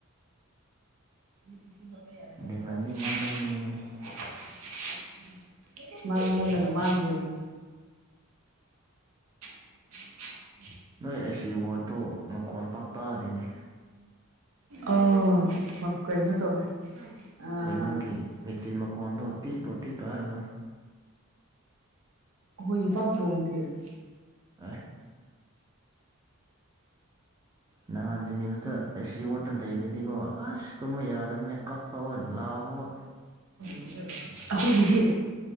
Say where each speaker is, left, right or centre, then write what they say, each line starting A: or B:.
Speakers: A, on the right (about 80°); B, on the right (about 15°).
A: <inaudible>
B: ꯂꯩꯃꯟꯗꯤ ꯃꯥꯡꯒꯟꯕꯅꯦ
A: ꯃꯥꯥꯡꯑꯒꯅ ꯃꯥꯥꯡꯒ꯭ꯔꯦꯗꯅꯥ <inaudible>
B: ꯅꯣꯏ ꯑꯩ ꯋꯥꯔꯠꯇꯨ ꯃꯈꯣꯟ ꯄꯥꯛꯇꯗꯦꯅꯦ
A: ꯑꯥ ꯃ ꯀꯩꯅꯣ ꯇꯧꯋꯦ ꯑꯩꯈꯣꯏꯒꯤ
B: ꯀꯩꯅꯣꯒꯤ ꯃꯦꯆꯤꯟ ꯃꯈꯣꯟꯗꯣ ꯇꯤꯇꯣ ꯇꯤꯇꯣ ꯍꯥꯏꯕꯗꯣ
A: ꯍꯣꯏ ꯄꯥꯛ ꯐꯣꯡꯗꯦ <inaudible>
B: ꯑꯦ ꯅꯍꯥꯟ ꯖꯦꯅꯤꯝꯁꯇ ꯑꯥꯏ ꯁꯤ ꯋꯥꯔꯗꯇ ꯂꯩꯕꯗꯗꯤꯀꯣ ꯑꯁ ꯇꯨꯝꯕ ꯌꯥꯗꯕꯅꯦ ꯀꯞꯄ ꯍꯣꯏ ꯂꯥꯎꯕ ꯍꯣꯏ
A: <inaudible> ꯑꯈꯣꯏꯒꯤꯗꯤ